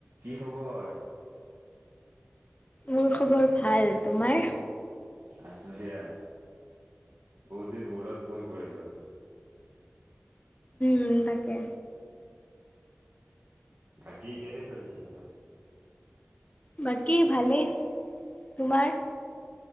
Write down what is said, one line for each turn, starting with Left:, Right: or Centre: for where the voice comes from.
Right: কি খবৰ?
Left: মোৰ খবৰ ভাল। তোমাৰ?
Right: আছো দিয়া। বহুত দিন মূৰত ফোন কৰিলোঁ।
Left: উম তাকে।
Right: থাকি কেলে চলিছে ঘৰ?
Left: বাকী ভালেই। তোমাৰ?